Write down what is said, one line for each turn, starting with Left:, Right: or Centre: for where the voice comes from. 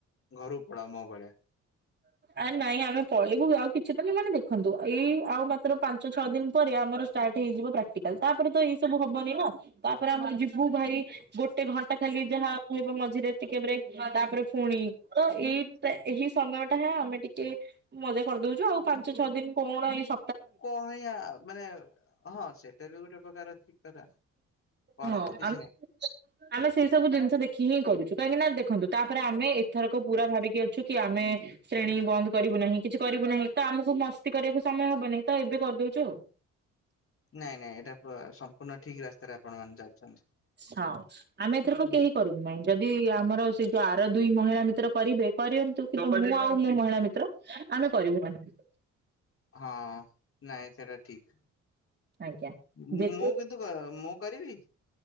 Left: ଘରୁକୁ ପଳାଅ ମୋ ଭଳିଆ।
Right: ଆରେ ନାଇଁ ଆମେ ପଳେଇବୁ ଆଉ କିଛି ଦିନି ମାନେ ଦେଖନ୍ତୁ ଏଇ ଆଉ ମାତ୍ର ପାଞ୍ଚ ଛଅ ଦିନ ପରେ ଆମର ଷ୍ଟାର୍ଟ ହେଇଯିବ ପ୍ରାକ୍ଟିକାଲ, ତାପରେ ତ ଏଇ ସବୁ ହବନି ନା ତାପରେ ଆମେ ଯିବୁ ଭାଇ ଗୋଟେ ଘଣ୍ଟା ଖାଲି ଯାହା ରହିବ ମଝିରେ ଟିକେ ବ୍ରେକ ତାପରେ ପୁଣି ତ ଏଇ ଟା ଏହି ସମୟ ଟା ହେ ଆମେ ଟିକେ ମଜା କରିଦଉଛୁ ଆଉ ପାଞ୍ଚ ଛଅ ଦିନ କଣ ଏଇ ସ
Left: କଣ ୟା ମାନେ ହଁ ସେଇଟା ବି ଗୋଟେ ପ୍ରକାର ଠିକ କଥା। କରନ୍ତୁ
Right: ହଁ
Left: କିଛି
Right: ଆ
Left: ନାହିଁ।
Right: ଆମେ ସେଇ ସବୁ ଜିନିଷ ଦେଖି ହିଁ କରିଛୁ, କାହିଁକି ନା ଦେଖନ୍ତୁ ତାପରେ ଆମେ ଏଥରକ ପୁରା ଭାବିକି ଅଛୁ କି ଆମେ ଶ୍ରେଣୀ ବନ୍ଦ କରିବୁ ନାହିଁ, କିଛି କରିବୁ ନାହିଁ ତ ଆମକୁ ମସ୍ତି କରିବାକୁ ସମୟ ହବ ନାହିଁ ତ ଏବେ କରିଦଉଛୁ ଆଉ।
Left: ନାଇଁ ନାଇଁ ଏଇଟା ପ ସମ୍ପୂର୍ଣ୍ଣ ଠିକ ରାସ୍ତାରେ ଆପଣମାନେ ଯାଉଛନ୍ତି।
Right: ହଁ। ଆମେ ଏଥରକୁ କେହି କରିବୁ ନାହିଁ, ଯଦି ଆମର ସେଇ ଯଉ ଆର ଦୁଇ ମହିଳା ମିତ୍ର କରିବେ କରିଅନ୍ତୁ। କିନ୍ତୁ ମୁଁ ଆଉ ମୋ ମହିଳା ମିତ୍ର ଆମେ କରିବୁ ନାହିଁ।
Left: ହଁ ନାଇଁ ସେଟା ଠିକ,
Right: ଆଜ୍ଞା
Left: ମୁଁ
Right: ଯେତେ
Left: କି ନ୍ତୁ ମୁଁ କରିବି।